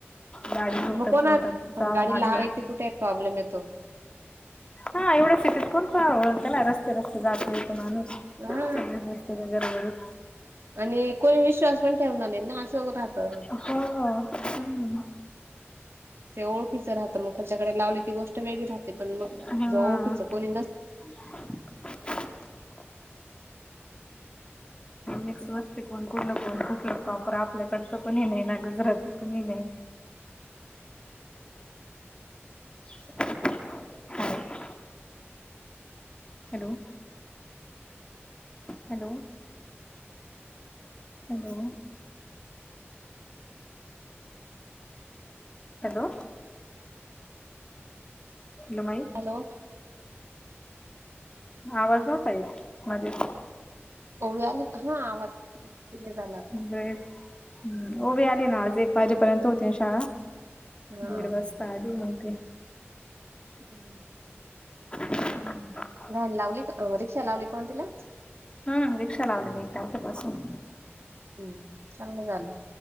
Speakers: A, on the left; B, on the right.
A: गाडी लोटत
B: मग कोणा
A: - लोटत
B: पण
A: जावं
B: गाडी
A: लागलं.
B: लावायची कुठे? प्रॉब्लेम येतो.
A: हां एवढ्या सिटीत कोण कोणाला? ओळखत ना. रस्ते- रस्ते जातो - येतो माणूस.
B: हा
A: सगळेच असतेत, गडबडीत.
B: आणि कोणी विश्वास पण ठेवणार नाही ना. असंं होत राहतं.
A: हां. हं.
B: ते ओळखीच राहतं. मग त्याच्याकडे लावले ती गोस ष्ट वेगळी राहते. पण मग,
A: हा.
B: ज ओळखीच कोणी न
A: <unintelligible> मिक्स वस्ती. कोण, कुठलं? कोण कूठलं? प्रॉपर, आपल्याकडचं कुणी नाही ना. गुजराती कुणी नाही. <inaudible> <unintelligible> Hello, hello. Hello. Hello. Hello, माई.
B: हॅलो.
A: आवाज नव्हता येत. मधीच.
B: ओवी, आली का? हा. आवाज कुठे चाललात?
A: <unintelligible> वाजेपर्यंत होती शाळा,
B: हा
A: दीड वाजता आली मंग ती.
B: <unintelligible>
A: <inaudible>
B: नाही लावली का, रिक्षा लावली कोण तिला?
A: हम् रिक्षा लावले ना एक तारखेपासून.
B: हम्म, चांगलं झालं.